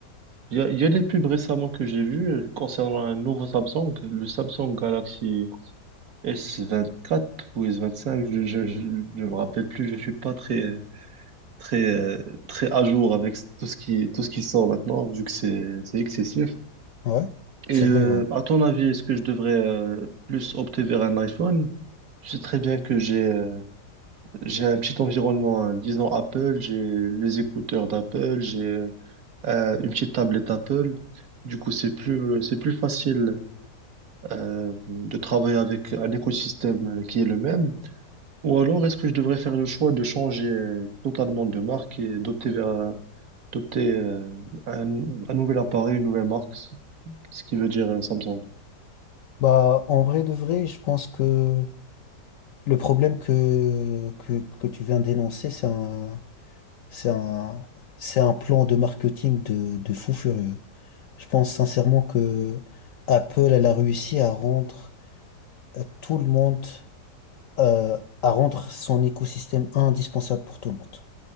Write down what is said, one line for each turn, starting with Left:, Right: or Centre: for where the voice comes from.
Right: Il y a, il y a des pubs récemment que j'ai vues euh, concernant un nouveau Samsung, le Samsung Galaxy S24 ou S25, je, je, je, je me rappelle plus, je suis pas très, euh, très, euh, très à jour avec tout ce qui, tout ce qui sort maintenant, vu que c'est, c'est excessif.
Left: Ouais,
Right: Et
Left: c'est
Right: euh,
Left: vrai, ouais.
Right: à ton avis, est-ce que je devrais euh, plus opter vers un iPhone? Tu sais très bien que j'ai euh, j'ai un petit environnement, hein, disons Apple, j'ai les écouteurs d'Apple, j'ai euh, euh, une petite tablette Apple. Du coup, c'est plus, c'est plus facile euh, de travailler avec un écosystème qui est le même. Ou alors, est-ce que je devrais faire le choix de changer euh, totalement de marque et d'opter vers un- d'opter euh, un, un nouvel appareil, une nouvelle marque, ce ce qui veut dire euh, Samsung.
Left: Bah en vrai de vrai, je pense que le problème que que que tu viens d'énoncer, c'est un c'est un c'est un plan de marketing de de fou furieux. Je pense sincèrement que Apple, elle a réussi à rendre euh, tout le monde euh, à rendre son écosystème indispensable pour tout le monde.